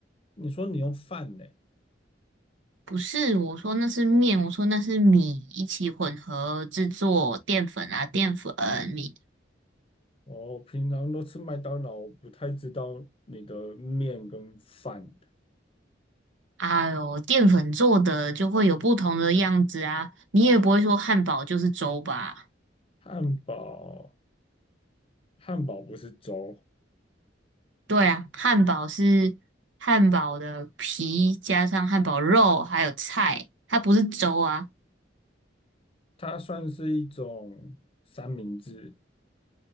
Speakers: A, on the left; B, on the right.
A: 你说你用饭呢？
B: 不是，我说那是面，我说那是米，一起混合制作淀粉啊，淀粉米。
A: 哦，平常都吃麦当劳，我不太知道你的面跟饭。
B: 哎呦，淀粉做的就会有不同的样子啊，你也不会说汉堡就是粥吧？
A: 汉堡，汉堡不是粥，
B: 对啊，汉堡是汉堡的皮加上汉堡肉还有菜，它不是粥啊。
A: 它算是一种三明治。